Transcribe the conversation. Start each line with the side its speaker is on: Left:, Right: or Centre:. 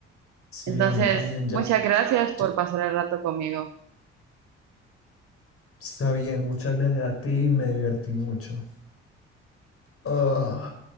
Left: Sí,
Right: Entonces,
Left: a mí también ya.
Right: muchas gracias por
Left: ya-
Right: pasar el rato conmigo.
Left: Está bien, muchas gracias a ti y me divertí mucho. Ah.